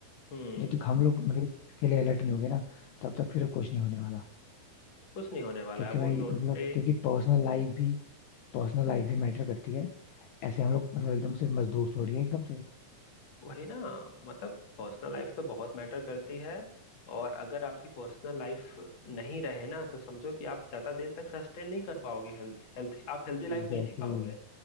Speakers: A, on the left; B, on the left.
A: हम्म
B: जब तक हम लोग मतलब इसके लिए अलर्ट नहीं होंगे ना तब तक फिर कुछ नहीं होने वाला
A: कुछ नहीं होने वाला
B: क्योंकि
A: है
B: भाई
A: वो टोटली
B: मतलब क्योंकि पर्सनल लाइफ भी पर्सनल लाइफ भी मैटर करती है ऐसे हम लोग मतलब एकदम से मजदूर थोड़ी है एकदम से
A: वही ना मतलब पर्सनल लाइफ तो बहुत मैटर करती है और अगर आपकी पर्सनल लाइफ नहीं रहे ना तो समझो कि आप ज्यादा दिन तक सस्टेन नहीं कर पाओगे हेल्थ हेल्थ आप हेल्दी लाइफ
B: Exactly
A: नहीं जी पाओगे
B: exactly.